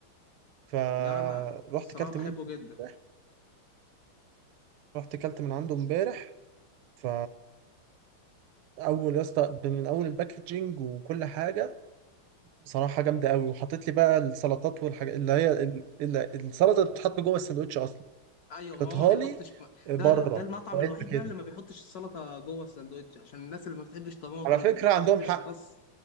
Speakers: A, on the right; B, on the left.
A: فروحت
B: لا انا الصراحة
A: كلت
B: بحبه
A: من <laughs>
B: جدا
A: رحت كلت من عنده امبارح ف اول يا اسطى من اول الباكجينج وكل حاجه بصراحه جامده قوي وحطيت لي بقى السلطات والحاجات اللي هي ال... ال... السلطه اللي بتتحط جوه السندوتش اصلا
B: ايوه
A: حطيتها
B: ما هو ما بيحطش
A: لي
B: ما-
A: بره
B: ده ده المطعم
A: في
B: الوحيد
A: علبة كده
B: بقى اللي ما بيحطش السلطة جوه السندوتش عشان الناس اللي ما بتحبش طماطم
A: على
B: ما
A: فكره عندهم
B: بتحبش
A: حق
B: خس